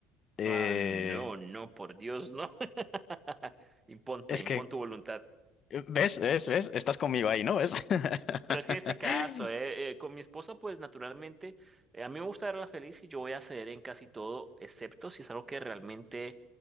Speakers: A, on the left (about 40°); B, on the right (about 15°).
A: Eh,
B: Ah, no, no, por Dios, no. <laughs> Imponte,
A: es
B: impon
A: que,
B: tu voluntad.
A: ¿ves? ¿Ves? ¿Ves? Estás conmigo ahí, ¿no? ¿Ves? <laughs>
B: Pero es que en este caso, eh, eh, con mi esposa, pues naturalmente, eh, a mí me gusta verla feliz y yo voy a ceder en casi todo, excepto si es algo que realmente